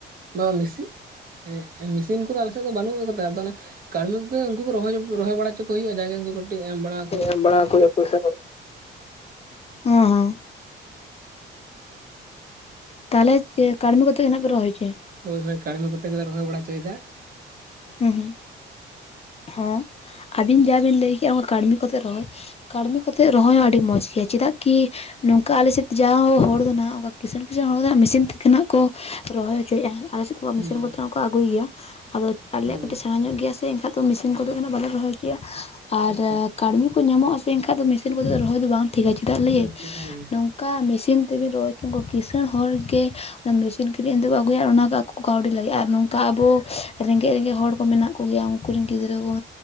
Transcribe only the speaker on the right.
ᱵᱟ ᱢᱮᱥᱤᱱ, ᱢᱮᱥᱤᱱ ᱠᱚᱫᱚ ᱟᱞᱮᱥᱮᱫ ᱫᱚ ᱵᱟᱹᱱᱩᱜ ᱠᱟᱫᱟ ᱟᱫᱚ ᱚᱱᱮ ᱠᱟᱹᱲᱢᱤ ᱠᱚᱜᱮ ᱩᱱᱠᱩ ᱠᱚ ᱨᱚᱦ ᱨᱚᱦᱚᱭ ᱵᱟᱲᱟ ᱦᱚᱪᱚ ᱠᱚ ᱦᱩᱭᱩᱜ-ᱟ ᱡᱟᱜᱮ ᱩᱱᱠᱩ ᱠᱟᱹᱴᱤᱡ ᱮᱢ ᱵᱟᱲᱟ ᱟᱠᱣᱟ᱾
ᱦᱳᱭ ᱦᱳᱭ ᱠᱟᱹᱲᱢᱤ ᱠᱚᱛᱮ ᱜᱮᱞᱮ ᱨᱚᱦᱚᱭ ᱵᱟᱲᱟ ᱦᱚᱪᱚᱭᱮᱫᱟ
ᱦᱩᱸ
ᱚ
ᱟᱪᱪᱷᱟ
ᱵᱟᱝ ᱴᱷᱤᱠ ᱦᱮᱸ